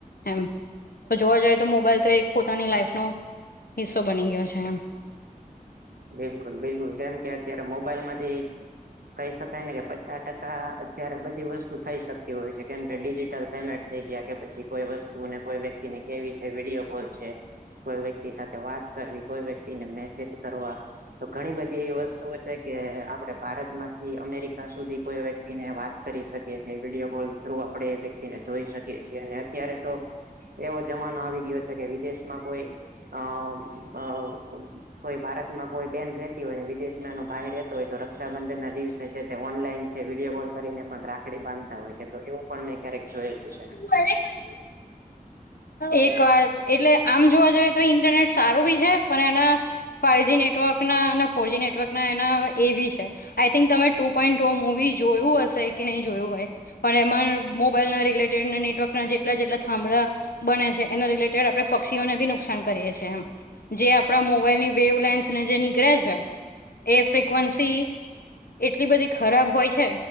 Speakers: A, on the left; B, on the right.
A: એમ તો જોવા જઈએ તો મોબાઈલ તો એક પોતાની લાઈફનો હિસ્સો બની ગયો છે એમ
B: બિલકુલ બિલકુલ કેમ કે અત્યારે મોબાઈલમાંથી કહી શકાય ને કે ચાર ટકા અત્યારે બધી વસ્તુ થઈ શકતી હોય છે કેમ કે ડિજિટલ પેમેન્ટ થઈ ગયા કે પછી કોઈ વસ્તુ ને કોઈ વ્યક્તિને કેવી છે વિડીયો કોલ છે કોઈ વ્યક્તિ સાથે વાત કરવી કોઈ વ્યક્તિને મેસેજ કરવા તો ઘણી બધી એવી વસ્તુઓ છે કે આપડે ભારત માંથી અમેરિકા સુધી કોઈ વ્યક્તિને વાત કરી શક યે છે વિડીયો કોલ થ્રુ આપણે એ વ્યક્તિને જોઈ શકીએ છીએ અને અત્યારે તો એવો જમાનો આવી ગયો છે કે વિદેશમાં કોઈ અ અ કોઈ ભારતમાં કોઈ બેન રતી હોય ને વિદેશમાંએનો ભાઈ રહેતો હોય તો રક્ષાબંધન ના દિવસે છે તે ઓનલાઈન છે વિડીયો કોલ કરીને પણ રાખડી બાંધતા હોય કે તો એવું પણ મેં ક્યારેક જોયેલું છે.
A: કલેખંડુ <unintelligible> એક વાત એટલે આમ જોવા જઈએ તો ઇન્ટરનેટ સારું બી છે પણ એના ફાઈવ જ નેટવર્ક ના અને ફોરજી નેટવર્ક ના એના એ બી છે. આઈ થિંક તમે ટુ પોઈન્ટ ટુ મુવી જોયું હશે કે નહી જોયું હોય પણ એમાં મોબાઈલના રિલેટેડ નેટવર્ક ના જેટલા જેટલા થાંભળા બને છે એને રિલેટેડ આપણે પક્ષીઓને બી નુકસાન કરીએ છેએ એમ જે આપણા મોબાઈલની વેવ લેન્થને જે નીકળે છે એ ફ્રિકવન્સી એટલી બધી ખરાબ હોય છે